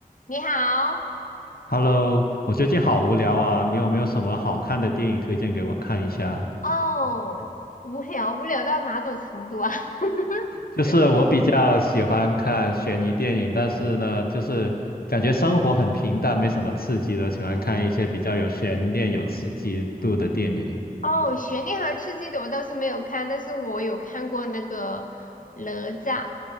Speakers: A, on the left (about 60°); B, on the left (about 85°).
A: 你好，
B: Hello，我最近好无聊啊，你有没有什么好看的电影推荐给我看一下？
A: 哦，无聊，无聊到哪种程度啊？<laughs>
B: 就是我比较喜欢看悬疑电影，但是呢，就是感觉生活很平淡，没什么刺激的，喜欢看一些比较有悬念、有刺激度的电影。
A: 哦，悬念和刺激的我倒是没有看，但是我有看过那个哪吒，